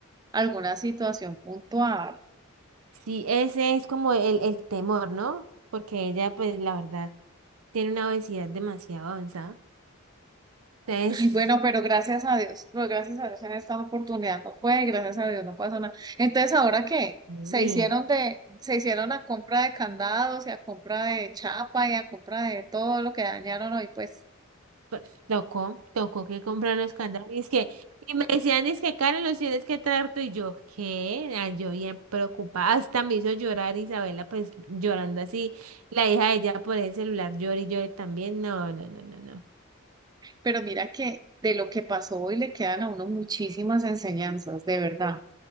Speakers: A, on the right; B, on the right.
A: alguna situación puntual.
B: Sí, ese es como el, el temor, ¿no? Porque ella, pues, la verdad, tiene una obesidad demasiado avanzada. Entonces,
A: Ay, bueno, pero gracias a Dios. Pues gracias a Dios en esta oportunidad no fue, gracias a Dios no pasó nada. Entonces, ¿ahora qué?
B: sí,
A: Se hicieron de, se hicieron a compra de candados y a compra de chapa y a compra de todo lo que dañaron hoy, pues.
B: pues, tocó, tocó que comprar los candados. Y, es que, y me decían, es que, Karen, los tienes que traer tú. Y yo, ¿qué? Ah, yo bien preocupada. Hasta me hizo llorar Isabela, pues, llorando así. La hija de ella por el celular llora y llore también. No, no, no, no, no.
A: Pero mira que de lo que pasó hoy le quedan a uno muchísimas enseñanzas, de verdad.